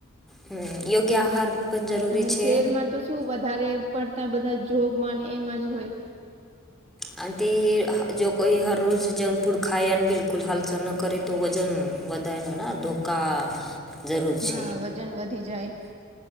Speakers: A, in the centre; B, on the right (about 30°).
A: હ યોગ્ય આહાર પણ જરૂરી
B: અને
A: છે
B: શેરમાં તો શું વધારે પડતા બધા જોબ ન એમ જ હોય
A: આ તેી હ જો કોઈ હર રોજ જંક ફૂડ ખા અને બિલકુલ હાલચ ન કરે તો વજન વધાનું ને ધોકા જરૂર
B: હા
A: છે.
B: વધી જાય